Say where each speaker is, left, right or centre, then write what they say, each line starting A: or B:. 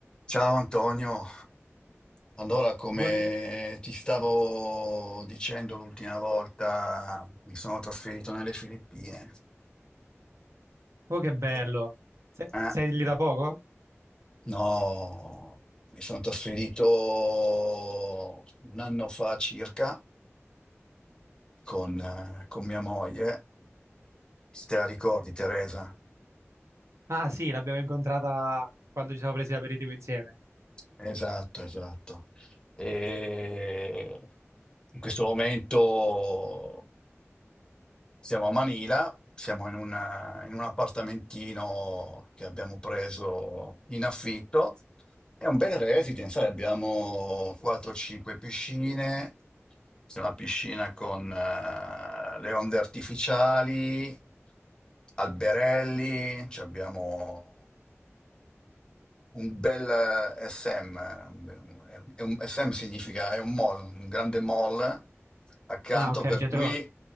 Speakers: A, on the left; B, on the right.
A: Ciao Antonio, allora come
B: Buon-
A: ti stavo dicendo l'ultima volta, mi sono trasferito nelle Filippine.
B: Oh, che bello.
A: Eh,
B: Se-
A: Ah,
B: Sei lì da poco?
A: no, mi sono trasferito un anno fa circa con, eh, con mia moglie. Se te la ricordi, Teresa?
B: Ah, sì, l'abbiamo incontrata quando ci siamo presi l'aperitivo insieme.
A: Esatto, esatto. E in questo momento siamo a Manila, siamo in, una- in un appartamentino che abbiamo preso in affitto. È un bel residence, sai, abbiamo 4-5 piscine, c'è una piscina con eh, le onde artificiali, alberelli, ci abbiamo un bel eh, SM, un be- un- è un- SM significa è un mall, un grande mall accanto,
B: Ah, ok,
A: per
B: un centro...
A: cui,